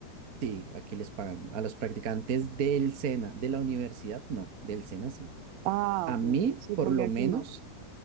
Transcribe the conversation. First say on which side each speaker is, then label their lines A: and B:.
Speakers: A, on the right; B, on the right.
A: sí, aquí les pagan a los practicantes del SENA, de la universidad, no, del SENA sí.
B: Ah,
A: A
B: ok,
A: mí,
B: ok. Sí,
A: por
B: porque
A: lo
B: aquí
A: menos.
B: no.